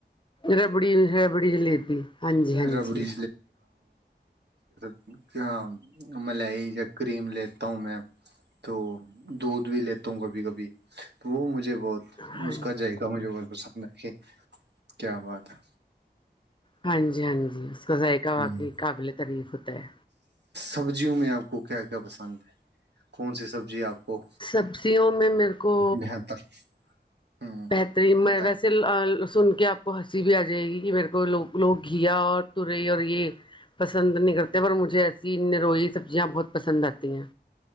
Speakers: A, on the left; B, on the right.
A: ربڑی ربڑی جلیبی ہاں جی ہاں
B: ربڑی
A: جی
B: کیا ہاں ملائی یا کریم لیتا ہوں میں تو دودھ بھی لیتا ہوں کبھی کبھی وہ مجھے بہت
A: ہاں
B: اس
A: جی
B: کاذائقہ مجھے بہت پسند ہے کہ کیا بات ہے
A: ہاں جی ہاں جی اس کا ذائقہ واقعی
B: ہوں
A: قابل تعریف ہوتا ہے
B: سبزیوں میں آپ کو کیا کیا پسند ہے کون سی سبزی آپ کو
A: سبزیوں میں میرے کو
B: بہتر ہوں
A: بہترین میں
B: بتائیں
A: ویسے سن کے آپ کو ہنسی بھی آ جائے گی کہ میرے کووگ لوگ گھیا اور تورئی اور یہ پسند نہیں کرتے پر مجھے ایسی روئی سبزیاں بہت پسند آتی ہیں